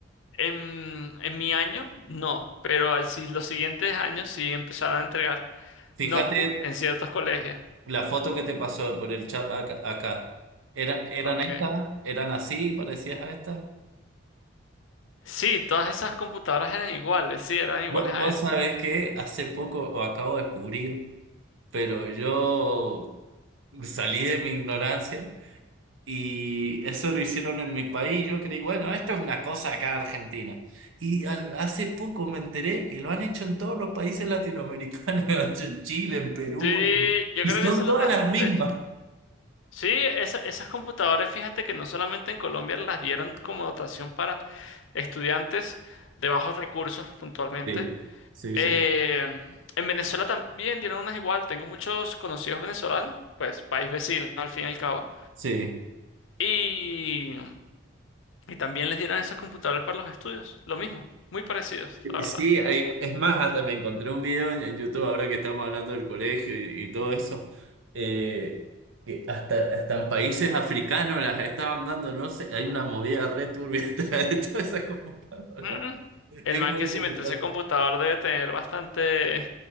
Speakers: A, on the left; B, on the right.
A: en, en mi año, no. Pero al, si- los siguientes años sí empezaron a entregar
B: Fíjate
A: notebook en ciertos colegios.
B: la foto que te pasó por el chat acá. acá. Era- ¿eran
A: Ok.
B: estas? ¿Eran así? parecidas a estas?
A: Sí, todas esas computadoras eran iguales. Sí, eran iguales
B: Vos,
A: a
B: vos
A: esas.
B: sabés que hace poco, o acabo de descubrir, pero yo salí de mi ignorancia. Y eso lo hicieron en mi país. Yo creí, bueno, esto es una cosa acá de Argentina. Y al- hace poco me enteré que lo han hecho en todos los países latinoamericanos, <laughs> lo han hecho en Chile, en Perú,
A: Sí, yo
B: y
A: creo
B: son
A: que eso lo
B: todas
A: trajeron
B: las mismas.
A: de Ch- Sí, esa- esas computadoras, fíjate que no solamente en Colombia las dieron como dotación para estudiantes de bajos recursos puntualmente,
B: Sí, sí,
A: Eh,
B: sí.
A: en Venezuela también dieron unas igual. Tengo muchos conocidos venezolanos, pues país vecino al fin y al cabo.
B: Sí,
A: Y, y también les dieron esos computadores para los estudios. Lo mismo, muy parecidos, la verdad.
B: Sí, hay- es más, hasta me encontré un video en, en YouTube ahora que estamos hablando del colegio y, y todo eso. eh, que hasta, hasta en países africanos las estaban dando, no sé, hay una movida re turbia <laughs> detrás de todas esas computadoras.
A: Mm,
B: Es
A: El man
B: muy
A: que
B: interesante.
A: se inventó ese computador debe tener bastante